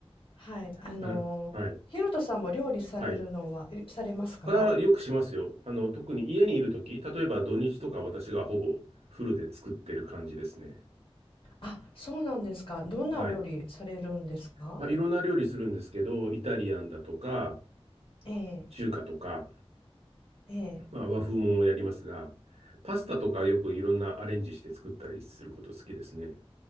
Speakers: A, on the left; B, on the right.
A: はい、あのーヒロトさんも料理されるのはえされますか？
B: なる、はい。はい。ああ、よくしますよ。あの、特に家にいるとき、例えば土日とか私がほぼフルで作ってる感じですね。
A: あ、そうなんですか。どんな料理されるんですか？
B: はい。まあ、いろんな料理するんですけど、イタリアンだとか、
A: ええ、
B: 中華とか、
A: ええ。
B: まあ、和風もやりますが、パスタとかよくいろんなアレンジして作ったりすること好きですね。